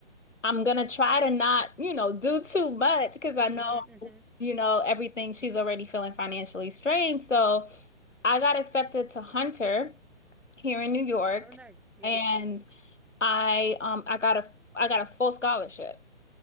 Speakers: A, on the left (about 80°); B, in the centre.
A: I'm gonna try to not, you know, do too much because
B: hmm
A: I know,
B: hmm
A: you know, everything she's already feeling financially strained. So I got accepted to Hunter here in New York,
B: oh nice yeah
A: and I um I got a I got a full scholarship.